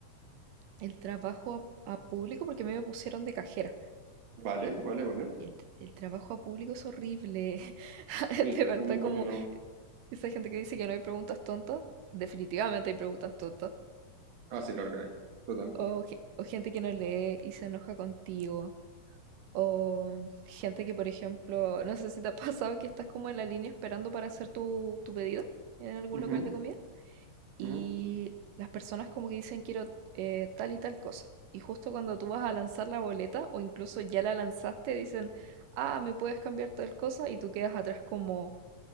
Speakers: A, on the right; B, on the right.
A: el trabajo a, a público, porque a mí me pusieron de cajera.
B: Vale, vale, vale.
A: El, t- el trabajo a público es horrible.
B: Sí,
A: <laughs> De verdad,
B: me lo imagino.
A: como esa gente que dice que no hay preguntas tontas, definitivamente hay preguntas tontas.
B: Ah, sí, claro que hay. Total.
A: O, ge- o gente que no lee y se enoja contigo. O gente que, por ejemplo, no sé si te ha pasado que estás como en la línea esperando para hacer tu, tu pedido en algún
B: Ujú,
A: local de comida. y
B: ujú.
A: las personas como que dicen quiero eh, tal y tal cosa. Y justo cuando tú vas a lanzar la boleta o incluso ya la lanzaste, dicen, ah, me puedes cambiar tal cosa y tú quedas atrás como